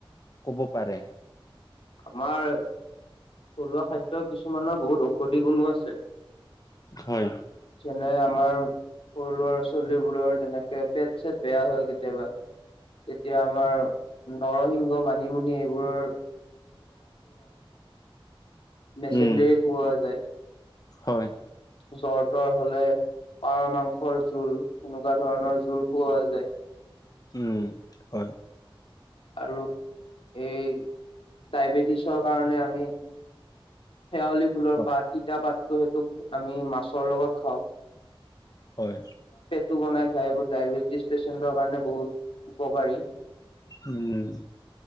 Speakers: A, on the left; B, on the left.
A: কব পাৰে।
B: আমাৰ থলুৱা খাদ্য কিছুমানৰ বহুত ঔষধি গুণো আছে।
A: হয়।
B: যেনে আমাৰ সৰু ল'ৰা ছোৱালীবোৰৰ যেনেকে পেট চেট বেয়া হয় কেতিয়াবা। তেতিয়া আমাৰ নৰসিংহ মানিমুনি এইবোৰৰ। মেচেঞ্জাৰি
A: উম।
B: হোৱা যায়।
A: হয়।
B: জৰ তৰ হলে পাৰ মাংসৰ জোল কেনেকুৱা ধৰণৰ জোল খুৱা হয় যে।
A: উম হয়।
B: আৰু এই। ডায়বেটিছৰ কাৰণে আমি শেৱালি ফুলৰ
A: হয়,
B: পাত তিতা পাত ত সেইটো আমি মাছৰ লগত খাওঁ
A: হয়
B: টো বনাই খাই এইবোৰ ডায়বেটিছ পেচেণ্টৰ কাৰণে বহুত উপকাৰী
A: উম